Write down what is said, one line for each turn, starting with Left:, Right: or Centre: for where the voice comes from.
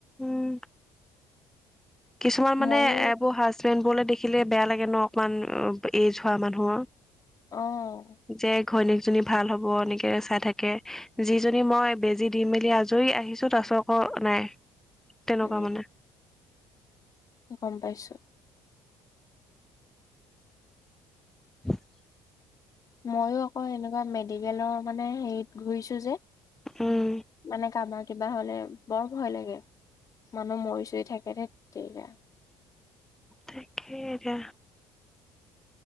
Centre: উম, কিছুমান
Left: মইয়ো
Centre: মানে এবোৰ সাজ ষ্টুডেণ্টবোৰলে দেখিলে বেয়া লাগে ন' অকণমান উ, এজ হোৱা মানুহৰ।
Left: অ'।
Centre: যে ঘৈণীয়েকজনী ভাল হ'ব এনেকে চাই থাকে। যিজনী মই বেজী দি মেলি আজৰি আহিছোঁ তাৰপিছত আকৌ নাই, তেনেকুৱা
Left: উম
Centre: মানে।
Left: গম পাইছোঁ।
Centre: <inaudible>
Left: ময়ো আকৌ এনেকুৱা মেডিকেলৰ মানে হেৰিত ঘূৰিছোঁ যে
Centre: উম
Left: মানে <unintelligible> কিবা হ'লে বৰ ভয় লাগে, মানুহ মৰি চৰি থাকে ধেত তেৰিগা।
Centre: তাকে, এতিয়া।